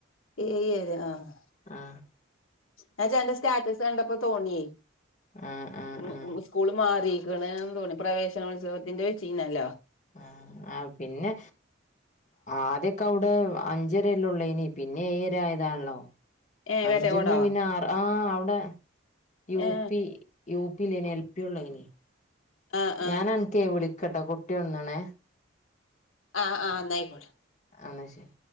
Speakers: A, on the left; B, on the left.
A: ഏഴര ആഹ്
B: ആഹ്
A: ഞാൻ ചേട്ടന്റെ സ്റ്റാറ്റസ് കണ്ടപ്പോ തോന്നി
B: ആ ആ
A: ഉം
B: ആ
A: ഉം സ്കൂള് മാറി. എനിക്കൊന്ന് തോന്നി പ്രവേശനോത്സവത്തിന്റെ വച്ചിരുന്നല്ലോ.
B: ആഹ് ആഹ് പിന്നെ ആദ്യയൊക്കെ അവിടെ അഞ്ചരല്ലാം ഉള്ളയെനി പിന്നെ ഏഴര ആയതാണല്ലോ.
A: ഏ
B: അഞ്ചയെന്ന്
A: വേട്ടയകോടോ
B: പിന്നെ ആറ് ആഹ് അവിടെ U
A: A
B: P. U P ഇല്ലായിരുന്നു എൽ പി ഉള്ളേനി.
A: ആ ആ
B: ഞാൻ എണീറ്റ് വിളിക്കട്ടെ കുട്ടിവന്നേനെ.
A: ആഹ് ആഹ് എന്നാ ആയിക്കോട്ടെ.
B: എന്നാ ശരി